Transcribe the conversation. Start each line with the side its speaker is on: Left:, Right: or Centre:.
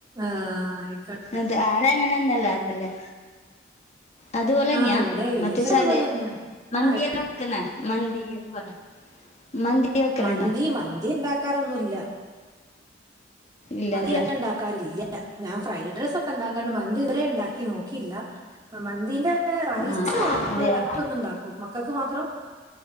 Right: ആഹ് ആയിക്കോട്ടെ.
Left: അത് ആളെ അങ്ങനോന്നല്ലാ എന്നല്ലെ. അത് പോലന്ന്യ
Right: ആഹ് ഇവിടെ ഏകദേശം
Left: മറ്റേചാല്
Right: അതുപോലെ തന്നെയാ
Left: മന്തിയെല്ലോം.
Right: ആഹ്
Left: ക്കന്നെ മന്തി <unintelligible> മന്തി. വെക്കലുണ്ടാ
Right: മന്തി, മന്തി ഉണ്ടാക്കാറൊന്നുല്ല.
Left: ഇല്ലല്ലേ
Right: മന്തി ഞാ ഉണ്ടാ ക്കാറില്ല ഞാൻ ഫ്രൈഡ് റൈസ് ഒക്കെ ഉണ്ടാക്കാണ്ട് മന്തി ഇവതുരെ ഉണ്ടാക്കി നോക്കിയില്ല മന്തി. റൈസ്
Left: ആഹ്
Right: മാത്രം
Left: അതെയാ
Right: ഇടക്കൊന്ന് ഉണ്ടാക്കും മക്കക്ക് മാത്രം.